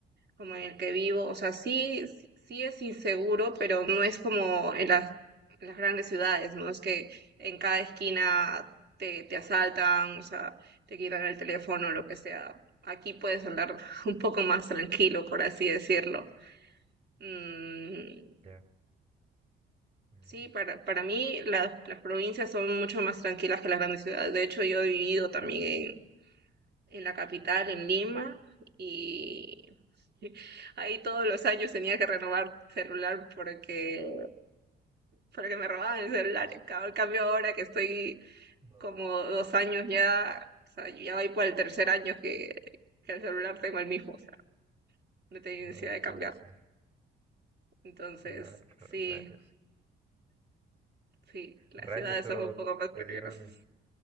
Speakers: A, on the right (about 55°); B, on the right (about 30°).
A: como en el que vivo, o sea, sí, sí sí es inseguro, pero no es como en las, en las grandes ciudades, ¿no? Es que en cada esquina te, te asaltan, o sea, te quitan el teléfono, lo que sea. Aquí puedes andar <laughs> un poco más tranquilo, por así decirlo. Mm,
B: ya? Mm,
A: sí, para, para mí la- las provincias son mucho más tranquilas que las grandes ciudades. De hecho, yo he vivido también en la capital, en Lima, y <laughs> ahí todos los años tenía que renovar celular porque, porque me robaban el celular. En ca- en cambio, ahora que estoy
B: No,
A: como dos años ya, o sea, yo ya voy por el tercer año que, que el celular tengo el mismo, o sea, no tengo
B: no
A: necesidad de cambiar.
B: puede ser.
A: Entonces,
B: No, ra-
A: sí,
B: rayos.
A: sí, las
B: Rayos,
A: ciudades
B: pero
A: son un poco más
B: te
A: peligrosas.
B: dieron